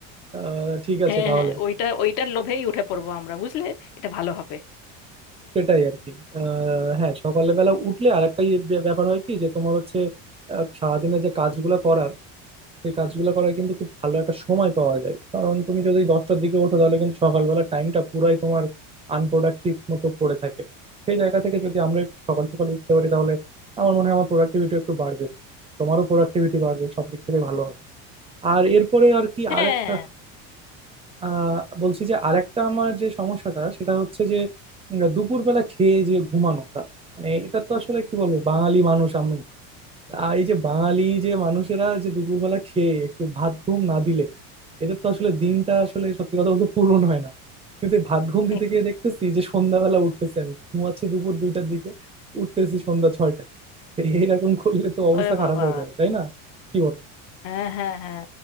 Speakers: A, on the right; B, on the left.
A: আহ ঠিক আছে
B: হ্যাঁ
A: তাহলে
B: হ্যাঁ ওইটা ওইটার লোভেই উঠে পড়বো আমরা বুঝলে এটা ভালো হবে
A: সেটাই আর কি আহ হ্যাঁ সকালবেলা উঠলে আর একটা ব্যাপার হয় কি যে তোমার হচ্ছে আহ, সারাদিনে যে কাজগুলো করার সেই কাজগুলো করার কিন্তু খুব ভালো একটা সময় পাওয়া যায় কারণ তুমি যদি দশটার দিকে ওঠো তাহলে কিন্তু সকালবেলা টাইমটা পুরাই তোমার আনপ্রোডাক্টিভ মতো পড়ে থাকে সেই জায়গা থেকে যদি আমরা একটু সকাল সকাল উঠতে পারি তাহলে আমার মনে হয় আমার প্রোডাক্টিভিটি একটু বাড়বে তোমারও প্রোডাক্টিভিটি বাড়বে সব দিক থেকে ভালো হবে আর এরপরে আর কি
B: হ্যাঁ
A: আরেকটা আহ বলছি যে আরেকটা আমার যে সমস্যাটা সেটা হচ্ছে যে উম, দুপুরবেলা খেয়ে যে ঘুমানোটা মানে এটা তো আসলে কি বলবো বাঙালি মানুষ আমি আহ, এই যে বাঙালি যে মানুষেরা যে দুপুরবেলা খেয়ে একটু ভাত ঘুম না দিলে এদের তো আসলে দিনটা আসলে সত্যি কথা বলতে পূরণ হয় না কিন্তু এই ভাত ঘুম
B: <laughs>
A: দিতে গিয়ে দেখতেছি যে সন্ধ্যাবেলা উঠতেছি আমি ঘুমাচ্ছি দুপুর দুইটার দিকে উঠতেছি সন্ধ্যা ছয়টায় তো এইরকম করলে তো অবস্থা
B: ওরে বাবা
A: খারাপ হয়ে যাবে তাই না কি বলো
B: হ্যাঁ হ্যাঁ হ্যাঁ